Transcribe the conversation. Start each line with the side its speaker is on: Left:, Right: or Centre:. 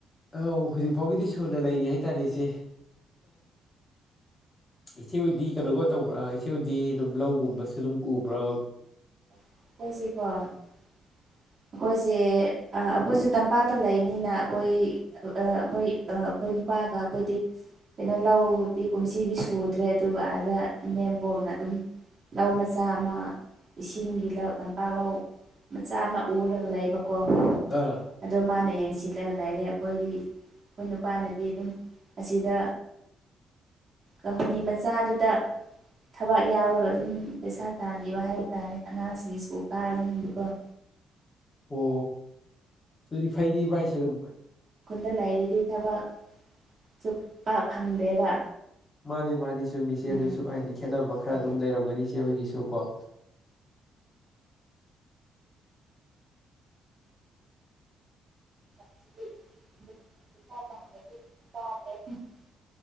Left: ꯑ ꯍꯧꯖꯤꯛ ꯐꯥꯎꯒꯤꯗꯤ ꯁꯨꯅ ꯂꯩꯔꯤ ꯍꯥꯏꯇꯥꯔꯦ ꯏꯆꯦ ꯏꯆꯦ ꯍꯗꯤ ꯀꯩꯅꯣꯒ ꯇꯧꯕ꯭ꯔꯥ ꯏꯆꯦ ꯍꯗꯤ ꯑꯗꯨꯝ ꯂꯧꯒꯨꯝꯕꯁꯨ ꯑꯗꯨꯝ ꯎꯕ꯭ꯔꯥ
Right: ꯑꯩꯈꯣꯏꯁꯦꯀꯣ ꯑꯩꯈꯣꯏꯁꯦ ꯑꯩꯈꯣꯏꯁꯨꯦ ꯇꯝꯄꯥꯛꯇ ꯂꯩꯕꯅꯤꯅ ꯑꯩꯈꯣꯏ ꯑꯩꯈꯣꯏ ꯑꯩꯈꯣꯏ ꯅꯨꯄꯥꯒ ꯑꯩꯈꯣꯏꯗꯤ ꯀꯩꯅꯣ ꯂꯧꯗꯤ ꯀꯨꯝꯁꯤꯗꯤ ꯁꯨꯗ꯭ꯔꯦ ꯑꯗꯨꯒ ꯑꯥꯗ ꯏꯅꯦꯝꯕꯣꯛꯅ ꯑꯗꯨꯝ ꯂꯧ ꯃꯆꯥ ꯑꯃ ꯏꯁꯤꯡꯒꯤ ꯇꯤꯜꯍꯧ ꯇꯝꯄꯥꯛꯂꯧ ꯃꯆꯥ ꯑꯃ ꯎꯔꯒ ꯂꯩꯕꯀꯣ
Left: ꯑꯥ
Right: ꯑꯗꯣ ꯃꯥꯅ ꯌꯦꯡꯁꯤ ꯁꯤꯜꯂꯒ ꯂꯩꯔꯦ ꯑꯩꯈꯣꯏꯗꯤ ꯑꯩꯈꯣꯏ ꯅꯨꯄꯥꯅꯗꯤ ꯑꯗꯨꯝ ꯑꯁꯤꯗ ꯀꯝꯄꯅꯤ ꯃꯆꯥꯗꯨꯗ ꯊꯕꯛ ꯌꯥꯎꯔꯒ ꯑꯗꯨꯝ ꯄꯩꯁꯥ ꯇꯥꯕꯤꯕ ꯍꯥꯏꯕ ꯇꯥꯔꯦ ꯑꯉꯥꯡꯁꯤꯡ ꯃꯤꯀ ꯀꯥꯔꯃꯤꯀ
Left: ꯑꯣ ꯑꯗꯨꯗꯤ ꯐꯥꯏꯗꯤ ꯄꯥꯏꯁ ꯑꯗꯨ
Right: ꯑꯗ ꯂꯩꯔꯤꯗꯤ ꯊꯕꯛ ꯁꯨ ꯄ ꯐꯪꯗꯦꯕ
Left: ꯃꯥꯅꯤ ꯃꯥꯅꯤ ꯆꯨꯝꯃꯤꯁꯦ
Right: ꯎꯝ
Left: ꯑꯗꯨꯁꯨ ꯍꯥꯏꯗꯤ ꯈꯦꯠꯅꯕ ꯈꯔ
Right: ꯑꯗꯨ
Left: ꯑꯗꯨꯝ ꯂꯩꯔꯝꯒꯅꯤꯁꯦ ꯑꯩꯈꯣꯏꯒꯤꯁꯨ ꯆꯀꯣ
Right: <inaudible>